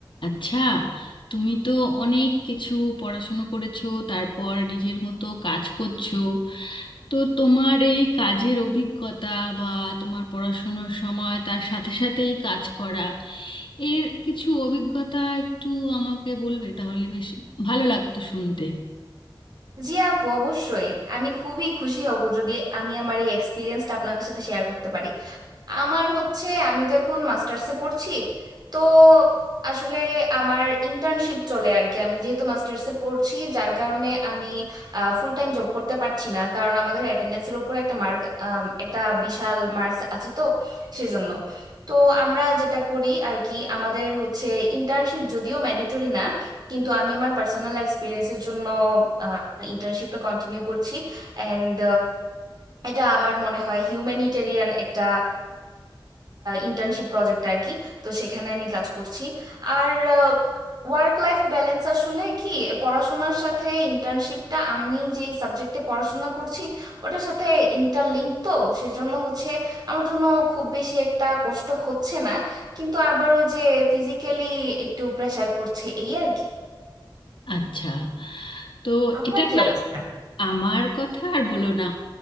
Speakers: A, on the left (about 70°); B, on the right (about 50°).
A: আচ্ছা তুমি তো অনেক কিছু পড়াশুনো করেছো তারপর নিজের মতো কাজ করছো তো তোমার এই কাজের অভিজ্ঞতা বা তোমার পড়াশুনোর সময় তার সাথে সাথে এই কাজ করা এর কিছু অভিজ্ঞতা একটু আমাকে বলবে তাহলে বেশ ভালো লাগতো শুনতে
B: জি আপু অবশ্যই আমি খুবই খুশি হব যদি আমি আমার এই এক্সপিরিয়েন্সটা আপনার সাথে শেয়ার করতে পারি আমার হচ্ছে আমি তো এখন মাস্টার্সে পড়ছি তো আসলে আমার ইন্টার্নশিপ চলে আর কি আমি যেহেতু মাস্টার্সে পড়ছি যার কারণে আমি ফুল টাইম জব করতে পারছি না কারণ আমাদের অ্যাটেন্ডেন্সের উপর একটা মার্ক একটা বিশাল মার্কস আছে তো সেজন্য তো আমরা যেটা করি আর কি আমাদের হচ্ছে ইন্টার্নশিপ যদিও ম্যান্ডেটরি না কিন্তু আমি আমার পার্সোনাল এক্সপিরিয়েন্সের জন্য ইন্টার্নশিপটা কন্টিনিউ করছি অ্যান্ড এটা আমার মনে হয় হিউম্যানিটেরিয়ান একটা ইন্টার্নশিপ প্রজেক্ট আর কি তো সেখানে আমি কাজ করছি আর ওয়ার্ক লাইফ ব্যালেন্স আসলে কি পড়াশোনার সাথে ইন্টার্নশিপটা আমি যেই সাবজেক্টে পড়াশোনা করছি ওটার সাথে ইন্টারলিঙ্ক তো সেজন্য হচ্ছে আমার জন্য খুব বেশি একটা কষ্ট হচ্ছে না কিন্তু আবার ওই যে ফিজিক্যালি একটু প্রেশার পড়ছে এই আর কি
A: আচ্ছা তো
B: আপনার
A: এটা
B: কি
A: না
B: অবস্থা
A: আমার কথা আর বলো না